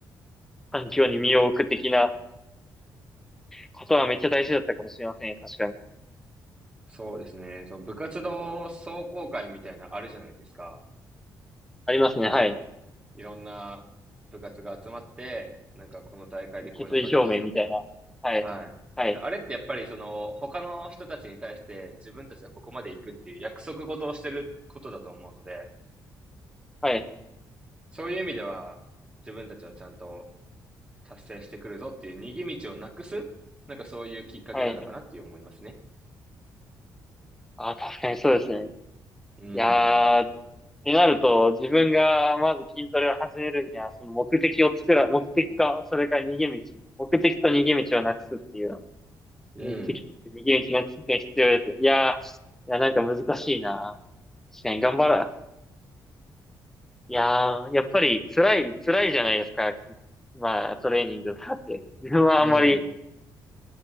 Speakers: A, in the centre; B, on the right (about 15°).
A: 環境に身を置く的なことはめっちゃ大事だったかもしれませんよ。確かに。
B: そうですね。その部活動壮行会みたいなあるじゃないですか。
A: ありますね。はい。
B: いろんな部活が集まって、なんかこの大会でこういうの取りますみたいな。
A: 決意表明みたいな。はい。
B: はい。
A: はい。
B: あれってやっぱりその他の人たちに対して自分たちはここまで行くっていう約束事をしてることだと思うので、
A: はい。
B: そういう意味では自分たちはちゃんと達成してくるぞっていう逃げ道をなくす、なんかそういうきっかけなのかなっていう思いますね。
A: はい。ああ、確かにそうですね。
B: うん、
A: いやー、ってなると、自分がまず筋トレを始めるには、その目的を作ら、目的か、それから逃げ道。目的と逃げ道をなくすっていう
B: うん、
A: 右利きって右打ちの知識が必要ですよ。いやー、いや、なんか難しいな。確かに頑張ら、いやー、やっぱり辛い、辛いじゃないですか。きまあ、トレーニングだって。自分はあんまり、
B: うん、